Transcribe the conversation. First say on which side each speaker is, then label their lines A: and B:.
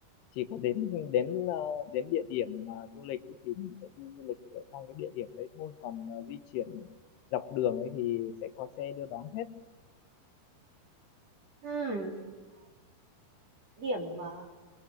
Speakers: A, on the left; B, on the right.
A: chỉ có đến đến ờ, đến địa điểm mà du lịch ấy thì mình sẽ đi du lịch ở trong cái địa điểm đấy thôi còn ờ, di chuyển dọc đường ấy thì sẽ có xe đưa đón hết
B: Ừm, điểm ờ,